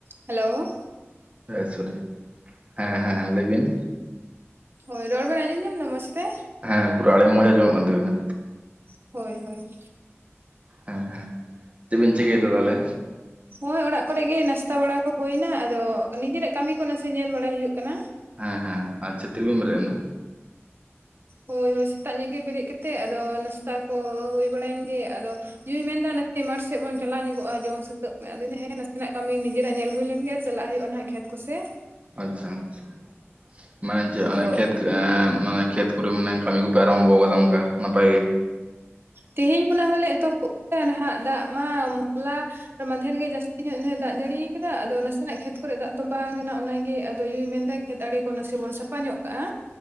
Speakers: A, on the right (about 50°); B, on the right (about 30°).
A: Hello
B: <unintelligible> ᱦᱮᱸ ᱦᱮᱸ ᱞᱟᱹᱭ ᱵᱤᱱ
A: ᱦᱳᱭ ᱨᱚᱲ ᱵᱮᱱ ᱟᱸᱡᱚᱢ ᱧᱟᱢ ᱮᱫᱟ ᱢᱚᱡᱽ ᱛᱮ?
B: ᱦᱮᱸ ᱯᱩᱨᱟ ᱟᱲᱟᱝ ᱢᱚᱡ ᱟᱸᱡᱚᱢᱚᱜ ᱠᱟᱱ ᱛᱟᱵᱤᱱᱟ᱾
A: ᱦᱳᱭ ᱦᱳᱭ
B: ᱦᱮᱸ ᱦᱮᱸ ᱪᱮᱜ ᱵᱮᱱ ᱪᱤᱠᱟ ᱮᱫᱟ ᱛᱟᱦᱞᱮ?
A: ᱱᱚᱜᱼᱚᱭ ᱚᱲᱟᱜ ᱠᱚᱨᱮ ᱜᱮ ᱱᱟᱥᱛᱟ ᱵᱟᱲᱟ ᱠᱚ ᱦᱚᱭᱮᱱᱟ ᱟᱫᱚ ᱱᱤᱡᱮᱨᱟᱜ ᱠᱟᱹᱢᱤ ᱠᱚ ᱱᱟᱥᱮ ᱧᱮᱞ ᱵᱟᱲᱟᱭ ᱦᱩᱭᱩᱜ ᱠᱟᱱᱟ᱾
B: ᱦᱮᱸ ᱦᱮᱸ ᱟᱪᱪᱷᱟ ᱛᱤ ᱨᱮᱵᱮᱱ ᱵᱮᱨᱮᱜ ᱱᱟ?
A: ᱦᱳᱭ ᱦᱳᱭ ᱥᱮᱛᱟᱜ ᱧᱚᱜ ᱜᱮ ᱵᱮᱨᱮᱜ ᱠᱟᱛᱮᱜ ᱟᱫᱚ ᱱᱟᱥᱛᱟ ᱠᱚ ᱦᱩᱭ ᱵᱟᱲᱟᱭᱮᱱ ᱜᱮ ᱟᱫᱚ? ᱡᱩᱭᱤ ᱢᱮᱱ ᱮᱫᱟ ᱱᱟᱥᱮ ᱢᱟᱴ ᱥᱮᱜ ᱵᱚᱱ ᱪᱟᱞᱟᱣ ᱧᱚᱜᱼᱟ, ᱡᱚᱢ ᱥᱟᱹᱛᱟᱹᱜ ᱯᱮ, ᱟᱫᱚ ᱦᱮᱸ ᱱᱟᱥᱮᱱᱟᱜ ᱠᱟᱹᱢᱤ ᱱᱤᱡᱮᱨᱟᱜ ᱧᱮᱞ ᱦᱩᱭ ᱞᱮᱱ ᱜᱮ ᱾ <unintelligible> ᱪᱟᱞᱟᱜ ᱦᱩᱭᱩᱜᱼᱟ ᱱᱟᱦᱟᱜ ᱠᱷᱮᱛ ᱠᱚᱥᱮ <unintelligible>
B: ᱟᱪᱪᱷᱟ ᱟᱪᱪᱷᱟ ᱢᱟᱱᱮ ᱡᱮ
A: ᱦᱳᱭ
B: ᱠᱷᱮᱛ ᱢᱟᱱᱮ ᱠᱷᱮᱛ? ᱯᱩᱨᱟᱹ ᱢᱟᱱᱮ ᱠᱟᱹᱢᱤ ᱠᱚᱯᱮ ᱟᱨᱟᱢᱵᱷᱚ ᱟᱠᱟᱫᱟ ᱚᱱᱠᱟ ᱱᱟᱯᱟᱭ ᱜᱮ?
A: ᱛᱮᱦᱮᱧ ᱠᱷᱚᱱᱟᱜ ᱦᱚᱸᱞᱮ ᱮᱛᱚᱦᱚᱵ ᱱᱟᱦᱟᱜ ᱫᱟᱜ ᱢᱟ ᱦᱚᱞᱟ ᱢᱟᱫᱷᱮᱨ ᱨᱮᱜᱮ ᱡᱟᱹᱥᱛᱤ, ᱛᱤᱱᱟᱹᱜ <unintelligible> ᱫᱟᱜ ᱡᱟᱹᱲᱤᱭᱟᱠᱟᱫᱟ ᱟᱫᱚ ᱱᱟᱥᱮᱱᱟᱜ ᱠᱷᱮᱛ, ᱠᱚᱨᱮ ᱫᱟᱜ ᱛᱚᱸᱵᱟ ᱟᱠᱟᱱᱟ ᱚᱱᱟᱜᱮ ᱟᱫᱚ ᱭᱳᱭ ᱢᱮᱱᱫᱟᱭ ᱠᱷᱮᱛ ᱟᱲᱤ ᱠᱚ ᱱᱟᱥᱮ ᱵᱚᱱ ᱥᱟᱯᱷᱟ ᱧᱚᱜ ᱠᱟᱜᱼᱟ᱾